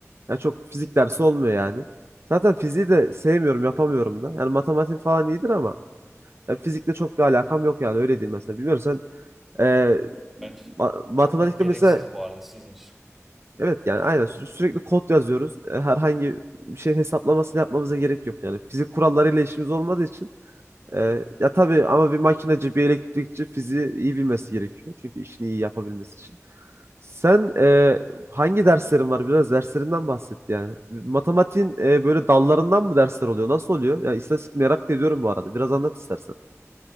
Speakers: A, on the right; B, in the centre.
A: yani çok fizik dersi olmuyor yani. Zaten fiziği de sevmiyorum, yapamıyorum da. Yani matematik falan iyidir ama yani fizikle çok bir alakam yok yani öyle diyeyim mesela. Bilmiyorum sen e,
B: Bence
A: ma- matematikte
B: çok net gereksiz
A: mesela
B: bu arada sizin için.
A: Evet yani aynen sü- sürekli kod yazıyoruz. E, Herhangi bir şeyin hesaplamasını yapmamıza gerek yok yani. Fizik kurallarıyla işimiz olmadığı için e, ya tabii ama bir makinacı, bir elektrikçi fiziği iyi bilmesi gerekiyor. Çünkü işini iyi yapabilmesi için. Sen e, hangi derslerin var? Biraz derslerinden bahset yani. Matematiğin e, böyle dallarından mı dersler oluyor? Nasıl oluyor? Yani istatistik merak da ediyorum bu arada. Biraz anlat istersen.